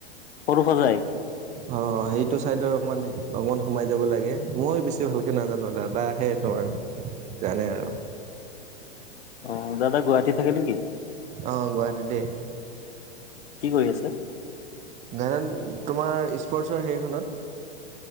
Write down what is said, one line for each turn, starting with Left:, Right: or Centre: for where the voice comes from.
Left: সৰু সজায়
Right: অ', সেইটো চাইডৰ অকমান অকমান সোমাই যাব লাগে মই বেছি ভালকে নাজানো দাদা সেই তোমাৰ জানে আৰু
Left: অ', দাদা গুৱাহাটী থাকে নেকি
Right: আহ গুৱাহাটীতেই
Left: কি কৰি আছে
Right: তোমাৰ স্পৰ্টছৰ হেৰিখনত